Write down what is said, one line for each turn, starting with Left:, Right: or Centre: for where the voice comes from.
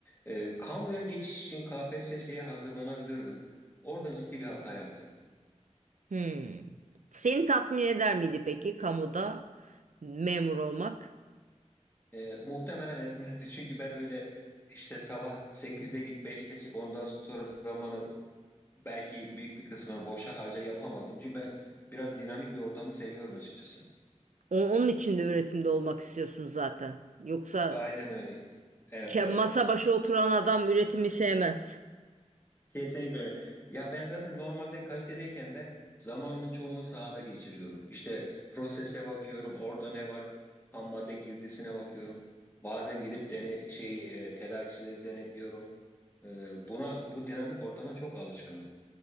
Left: E, kamuya geçiş için KPSS'ye hazırlanabilirdim. Orada ciddi bir hata yaptım.
Right: Hmm. Seni tatmin eder miydi peki kamuda memur olmak?
Left: E, muhtemelen etmez <laughs> çünkü ben öyle işte sabah sekizde git beşte çık ondan sonra zamanı belki büyük bir kısmını boşa harca yapamazdım. Çünkü ben biraz dinamik bir ortamı seviyorum açıkçası.
Right: O- Onun için de üretimde olmak istiyorsun zaten. Yoksa
Left: Aynen öyle. Evet
Right: e, ke-
Left: evet.
Right: masa başı oturan adam üretimi sevmez.
Left: Kesinlikle öyle. Ya ben zaten normalde kalitedeyken de zamanımın çoğunu sahada geçiriyorum. İşte prosese bakıyorum, orada ne var, ham madde girdisine bakıyorum. Bazen gidip dene şey e, tedarikçileri denetliyorum. E, buna bu dinamik ortama çok alışkınım.